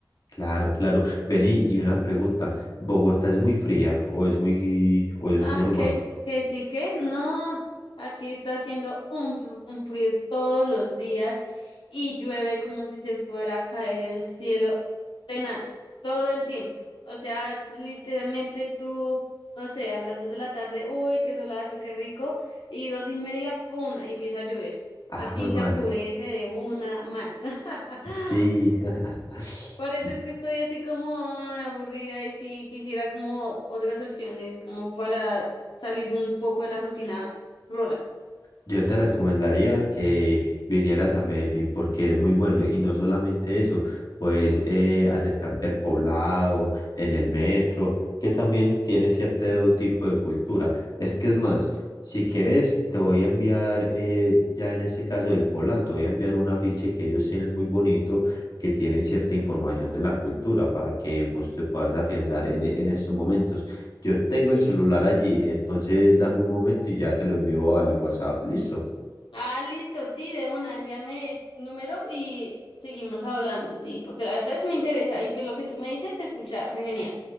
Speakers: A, on the left; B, on the left.
A: Claro, claro. Vení, y y una pregunta, ¿Bogotá es muy fría o es muy, o es
B: Ah,
A: normal?
B: que, s- que sí, que no. Aquí está haciendo un, fr- un frío todos los días y llueve como si se fuera a caer el cielo tenaz todo el tiempo. O sea, literalmente tú, no sé, a las dos de la tarde, uy, qué solazo, qué rico, y dos y media, pum, empieza a llover.
A: Ah,
B: Así
A: jue madre.
B: se oscurece de una mal. <laughs>
A: Sí. <laughs>
B: Por eso es que estoy así como ah, aburrida y sí quisiera como otras opciones, como para salir un poco de la rutina rola.
A: Yo te recomendaría que vinieras a Medellín porque es muy bueno y no solamente eso, pues eh, acercarte al poblado, en el metro, que también tiene cierto tipo de cultura. Es que es más, si quieres, te voy a enviar, eh, ya en este caso del poblado, te voy a enviar un afiche que ellos tienen muy bonito, que tienen cierta información de la cultura para que vos te puedas afianzar en, en estos momentos. Yo tengo el
B: Sí.
A: celular allí, entonces dame un momento y ya te lo envío al WhatsApp. Listo.
B: Ah, listo, sí, de una, envíame el número y seguimos hablando, sí, porque la verdad sí me interesa y pues lo que tú me dices se escucha re genial.